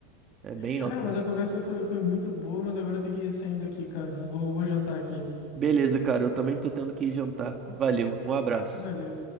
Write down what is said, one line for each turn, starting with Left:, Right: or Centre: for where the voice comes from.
Right: É bem
Left: Cara,
Right: alto
Left: mas
Right: mesmo.
Left: a conversa foi, foi muito boa, mas agora eu tenho que ir saindo aqui, cara. Vou, vou jantar aqui.
Right: Beleza, cara, eu também tô tendo que ir jantar. Valeu, um abraço.
Left: Valeu.